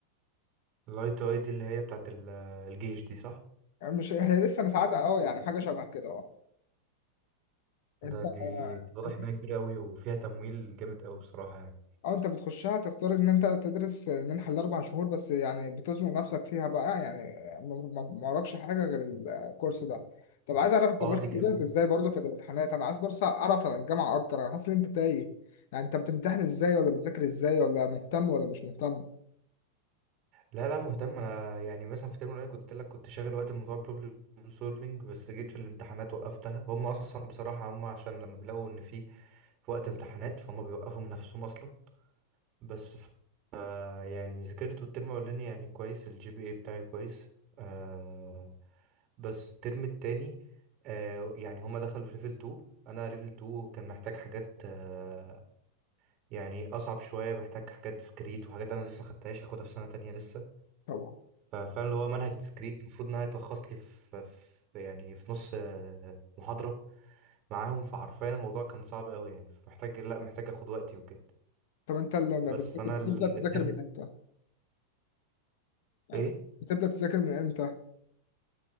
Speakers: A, on the right (about 40°); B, on the left (about 65°).
A: الاي تي اي دي اللي هي بتاعت ال- الجيش دي صح
B: مش هي لسه متعادة اه يعني حاجه شبه كده اه انت
A: ده دي, دي واضح
B: انت
A: انها كبيرة قوي وفيها تمويل جامد قوي بصراحة يعني
B: اه انت بتخشها تختار ان انت تدرس المنحه الاربع شهور بس يعني بتزنق نفسك فيها بقى يعني ما ما- ما وراكش حاجه غير الكورس ده طب عايز اعرف انت
A: اه
B: ماشي
A: دي كمان
B: كده ازاي برضه في الامتحانات انا عايز بس اعرف عن الجامعه اكتر انا حاسس ان انت تايه يعني انت بتمتحن ازاي ولا بتذاكر ازاي ولا مهتم ولا مش مهتم
A: لا لا مهتم انا يعني مثلا في ترم الاولاني كنت لك كنت شاغل وقت بموضوع بروبلم سولفينج بس جيت في الامتحانات وقفتها هم اصلا بصراحة هم عشان لما بيلاقوا ان في في وقت امتحانات فهم بيوقفوا من نفسهم اصلا بس يعني ذاكرت الترم الأولاني يعني كويس الجي بي اي بتاعي كويس آه بس الترم التاني آه يعني هما دخلوا في ليفل 2 أنا ليفل 2 كان محتاج حاجات آه يعني أصعب شوية محتاج حاجات ديسكريت وحاجات أنا لسه مخدتهاش هاخدها في سنة تانية لسه
B: طبعا
A: ففعلا اللي هو منهج ديسكريت المفروض إنها تلخص لي في, في يعني في نص آه محاضرة معاهم فحرفيا الموضوع كان صعب أوي يعني فمحتاج لأ محتاج أخد وقتي وكده
B: طب انت لما
A: بس
B: بتذاكر
A: فأنا
B: بتبدأ تذاكر
A: الترم
B: من امتى؟ يعني
A: إيه؟
B: بتبدأ تذاكر من امتى؟